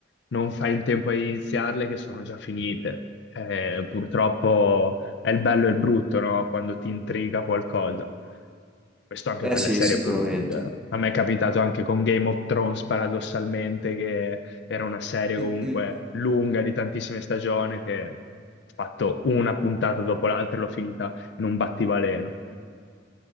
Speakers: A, on the left; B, in the centre.
A: non fai in tempo a iniziarle, che sono già finite. Eh, purtroppo è il bello e il brutto, no? Quando ti intriga qualcosa. Questo anche
B: Eh
A: per
B: sì,
A: le serie
B: sicuramente.
A: più lunghe. A me è capitato anche con Game of Thrones, paradossalmente, che era una serie
B: Mm,
A: comunque
B: mm.
A: lunga di tantissime stagioni che ho fatto una puntata dopo l'altra e l'ho finita in un battibaleno.